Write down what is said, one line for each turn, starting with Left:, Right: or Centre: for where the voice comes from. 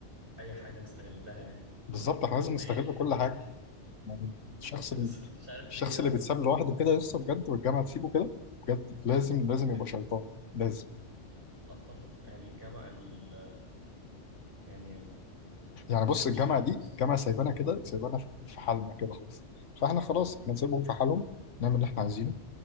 Right: اي حاجه نستغلها يعني
Left: بالظبط احنا لازم
Right: واحنا
Left: نستغل
Right: جاي احنا
Left: كل
Right: جاي
Left: حاجه يعني
Right: <laughs>
Left: الشخص اللي
Right: بس مش عارف
Left: الشخص
Right: ليه يا
Left: اللي بيتساب لوحده كده لسه بجد والجامعه تسيبه كده بجد لازم لازم يبقى
Right: إن-
Left: شيطان لازم
Right: اتفق يعني الجامعه ال... ال... يعني
Left: يعني بص
Right: انا
Left: الجامعه
Right: مش عارف
Left: دي
Right: يس
Left: جامعه سايبانا كده سايبانا في في حالنا كده خالص فاحنا خلاص احنا نسيبهم في حالهم نعمل اللي احنا عايزينه